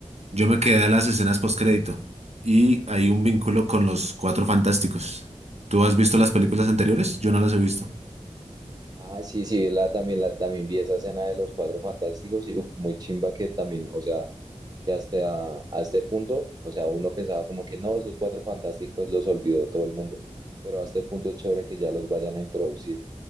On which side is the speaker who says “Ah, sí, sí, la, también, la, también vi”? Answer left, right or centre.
Right